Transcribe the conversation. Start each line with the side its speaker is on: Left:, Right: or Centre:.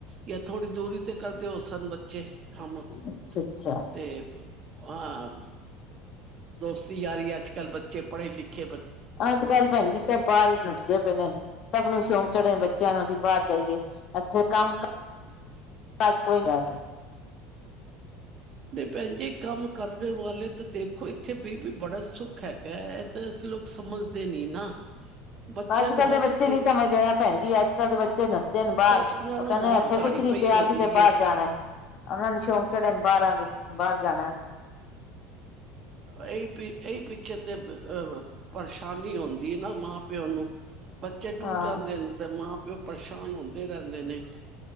Right: ਯਾਂ ਥੋੜ੍ਹੀ ਦੂਰੀ ਤੇ ਕਰਦੇ ਹੋ ਸਨ ਬੱਚੇ ਕੰਮ
Left: ਅੱਛਾ-ਅੱਛਾ,
Right: ਤੇ ਹਾਂ। ਦੋਸਤੀ ਯਾਰੀ ਅੱਜ ਕੱਲ ਬੱਚੇ ਪੜ੍ਹੇ ਲਿਖੇ
Left: ਅੱਜ ਕੱਲ ਭੈਣਜੀ ਸਬ ਬਾਰ ਈ ਨਸਦੇ ਪੇ ਨੇ ਸਭ ਨੂੰ ਸ਼ੌਂਕ ਚੜਿਆ ਬੱਚੇਆਂ ਨੂੰ ਅਸੀ ਬਾਰ ਜਾਈਏ। ਏਥੇ ਕੰਮ ਕ ਅਜ ਕੋਈ ਰਹਗੇ।
Right: ਨਈ ਭੈਣ ਜੀ ਕੰਮ ਕਰਨੇ ਵਾਲੇ ਤੇ ਦੇਖੋ ਇੱਥੇ ਬੀ ਬੀ ਬੜਾ ਸੁੱਖ ਹੈਗਾ ਐ। ਤੇ ਅਸ ਲੋਕ ਸਮਝਦੇ ਨੀ ਨਾ ਬੱਚਿਆਂ
Left: ਅੱਜ
Right: ਨੂੰ
Left: ਕੱਲ
Right: ਬਸ
Left: ਦੇ ਬੱਚੇ ਨੀ
Right: ਇਹ
Left: ਸਮਝਦੇ ਨਾ ਭੈਣ ਜੀ। ਅੱਜ ਕੱਲ ਦੇ ਬੱਚੇ ਨਸ ਜਨ ਬਾਰ
Right: ਬਸ ਉਹਨਾਂ
Left: ਓ
Right: ਨੂੰ
Left: ਕਹਿੰਦੇ
Right: ਮਾਰ
Left: ਏਥੇ
Right: ਦਾੜੀ
Left: ਕੁਛ ਨੀ
Right: ਪਈ
Left: ਪਿਆ
Right: ਹੁੰਦੀ
Left: ਅਸੀ ਤੇ ਬਾਰ
Right: ਹੈ
Left: ਜਾਣਾ ਓਨਾਂ ਨੂੰ ਸ਼ੌਂਕ ਚੜੇ ਨੇ ਬਾਰਾਂ ਦੇ ਬਾਰ ਜਾਣਾ ਅਸ
Right: ਏਈ ਪੀ ਏਇ ਪਿਛੇ ਤੇ ਪਰਸ਼ਾਨੀ ਹੁੰਦੀ ਨਾ ਮਾਂ ਪਿਓ ਨੂੰ ਬੱਚੇ ਟੁੱਰ
Left: ਹਾਂ
Right: ਜਾਂਦੇ ਨੇ ਤੇ ਮਾਂ ਪਿਓ ਪਰਸ਼ਾਨ ਹੁੰਦੇ ਰਹਿੰਦੇ ਨੇ।